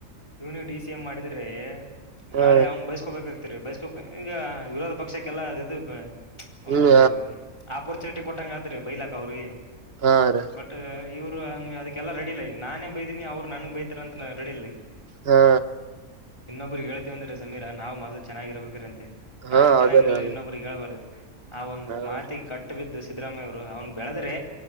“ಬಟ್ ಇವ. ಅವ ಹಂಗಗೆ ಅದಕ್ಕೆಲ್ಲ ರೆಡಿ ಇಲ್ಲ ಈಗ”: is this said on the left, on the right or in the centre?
Left